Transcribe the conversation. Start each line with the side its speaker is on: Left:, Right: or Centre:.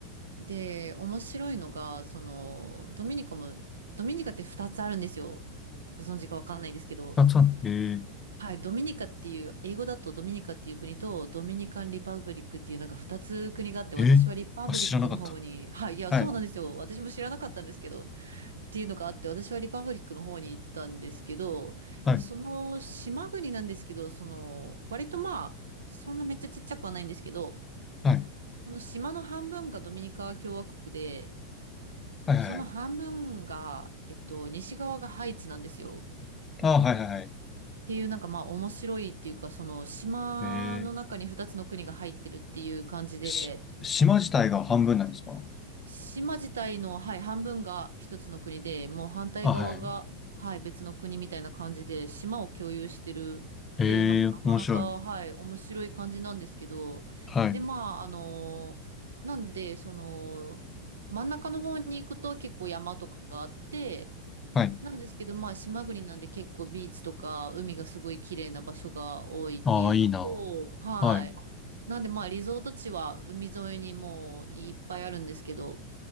Right: で、面白いのが、その、ドミニカも、ドミニカって2つあるんですよ。ご存知かわかんないんですけど。
Left: あ、そうなんだ、え
Right: はい、ドミニカっていう、英語だとドミニカっていう国と、ドミニカン・リパブリックっていうなんか2つ国があって、
Left: ええーあ、
Right: 私はリパブリックの方に、
Left: 知らなかった。
Right: はい、いや、
Left: はい。
Right: そうなんですよ。私も知らなかったんですけど、っていうのがあって、私はリパブリックの方に行ったんですけど、
Left: はい。
Right: で、その島国なんですけど、その、割とまあ、そんなめっちゃちっちゃくはないんですけど、
Left: はい。
Right: その島の半分がドミニカ共和国で、
Left: はいはいはい。
Right: その半分が、えっと、西側がハイチなんですよ。
Left: ああ、はいはいはい。
Right: っていうなんかまあ面白いっていうかその島の中に2つの国が入ってるっていう感じで
Left: ええし、島自体が半分なんですか
Right: 島自体の、はい、半分が一つの国でもう反対側が、
Left: あ、はい。
Right: はい、別の国みたいな感じで島を共有してるっていうなんかなかなか、
Left: ええ、面白い。
Right: はい、面白い感じなんですけどでまああのなんでその真ん中の方に行くと結構山とかがあって
Left: はい。はい。
Right: なんですけど、まあ、島国なんで結構ビーチとか海がすごい綺麗な場所が多いっていうのと、
Left: ああ、いいな。
Right: はい。
Left: はい。
Right: なんで、まあ、リゾート地は海沿いにもういっぱいあるんですけど、